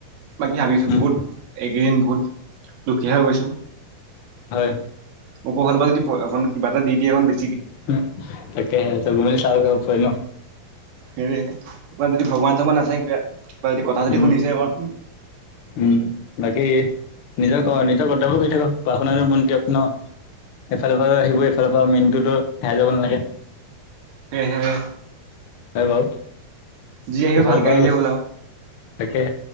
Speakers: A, on the right; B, on the left.
A: বাকী ভাবিছোঁ
B: উম,
A: বহুত এইকেইদিন বহুত দুখীয়া হৈ গৈছোঁ।
B: হয়।
A: ওপৰৰ ফালৰ পৰা যদি পই অকণ কিবা এটা দিয়ে অকন
B: উম, তাকাকেই চভিমিল চাগৈ ন
A: হেৰী কিবা যদি ভগৱান চগৱান আছে কিব কিবা যদি কথা যদি
B: উম।
A: শুনিছে অকন
B: উম, বাকী নিজৰ নিজৰ কৰ্তব্য কৰি থাকক পঢ়া শুনা মন দিয়ক ন। এইফালৰ পৰা আহিব এইফালৰ পৰা মেইনটোতো হেৰাই যাব নালাগে।
A: তেহেএ
B: হয় বাৰু
A: যি আহিব
B: এইফালৰ
A: ভালকে
B: পৰাও
A: আহিলেই হ'ল আৰু
B: তাকে